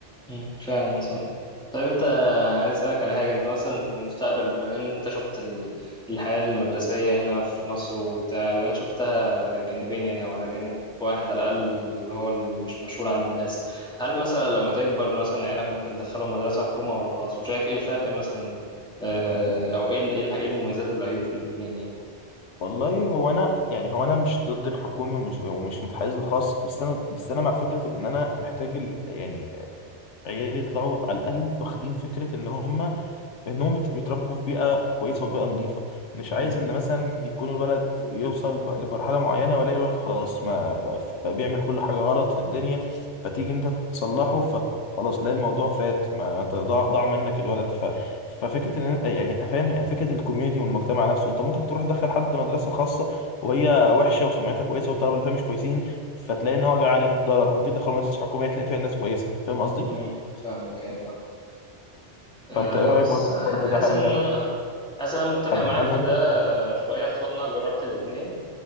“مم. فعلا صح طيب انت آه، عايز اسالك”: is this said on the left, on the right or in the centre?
Centre